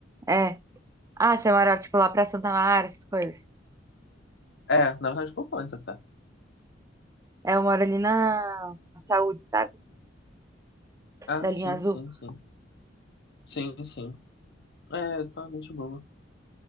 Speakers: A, on the right (about 15°); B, on the left (about 60°).
A: É. Ah, você mora, tipo, lá pra Santa Mara, essas coisas.
B: É, na verdade, pouco antes até.
A: É, eu moro ali na na Saúde, sabe?
B: Ah,
A: Da
B: sim,
A: linha azul.
B: sim, sim. Sim, sim. É, tá bem de boa.